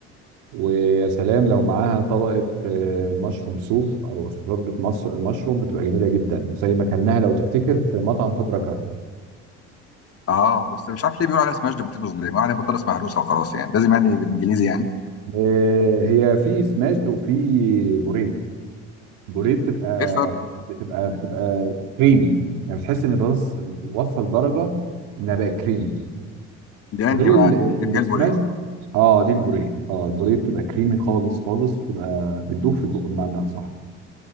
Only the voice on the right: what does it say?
ويا سلام لو معاها طبقة آه، مشروم سوب أو شوربة مصر المشروم بتبقى جميلة جدا زي ما كلناها لو تفتكر في مطعم فضرة كرم
آه، هي في سماشد وفي بوريه بوريه بتبقى
بتبقى بتبقى كريمي يعني بتحس إن بس وصل درجة إنها بقت كريمي
غير
ال-
السماشد
اه دي البوريه اه البوريه بتبقى كريمي خالص خالص بتبقى بتدوب في البق بمعنى صح